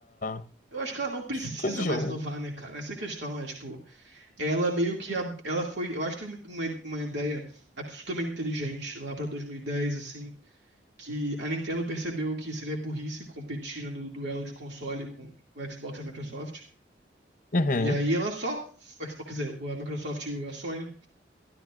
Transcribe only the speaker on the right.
Eu acho que ela não precisa
mais inovar, né, cara? Essa é a questão, é tipo. Ela meio que. a- Ela foi. Eu acho que teve uma, uma ideia absolutamente inteligente lá pra 2010, assim. Que a Nintendo percebeu que seria burrice competir né, no duelo de console com o Xbox e a Microsoft.
E aí ela só. O Xbox, quer dizer, a Microsoft e a Sony.